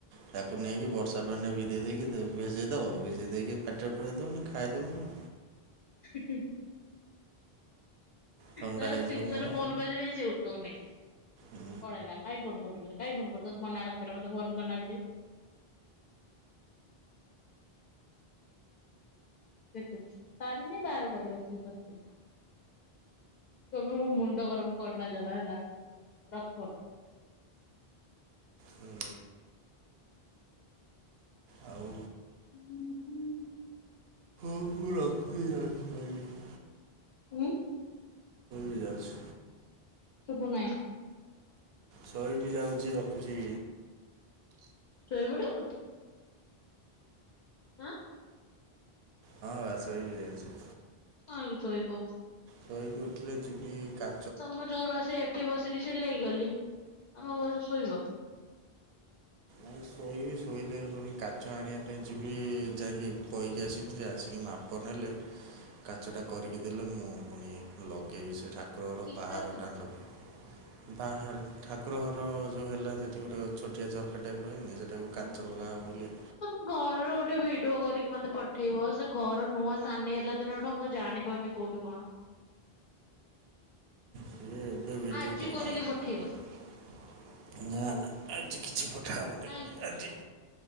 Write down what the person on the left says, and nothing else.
କି <inaudible>
ତାର
ତିନି
ଥର ଫୋନ୍ ବାଜିଲାଣି ସେ ଉଠଉ ନାହିଁ।
କଣ ହେଲା କାଇଁ ଫୋନ୍‌ କରୁଚୁ ମତେ କାଇଁ ଫୋନ୍ କରୁଛ ତୋତେ ମନା କଲି ପରା ଫୋନ୍ କରନା ବୋଲି। ଦେଖୁଛି ତାରନି ବାହାର କରିବ ସେ ସକ୍ତି ଟା। ତମେ ମୁଁ ମୁଣ୍ଡ ଗରମ କରନା ଯବା ହେଲା ରକ୍ ଫୋନ୍।
ହୁଁ ହୁଁ।
ହୁଁ।
ଶୁଭୁ ନାହିଁ।
ଶୋଇପଡ଼। ହଁ।
କାଁହିକି ଶୋଇବ?
ତମ ଯୋଗୁରୁ ଆସି ଏଠି ବସିକି ସିଲେଇ କଲି ତମେ କହୁଚ ଶୋଇବ।
କ୍ରିକେଟର
ହଁ
ତମ ଘରର ଗୋଟେ ଭିଡିଓ କରିକି ମତେ ପଠେଇବ ସେ ଘର ନୂଆ ସାନି ହେଲା ଦିନଠୁ ମୁଁ ଜାଣି ପାରୁନି। କଉଠି କଣ?
ଆଜି
କରିକି
ପଠେଇବ
କାହିଁକି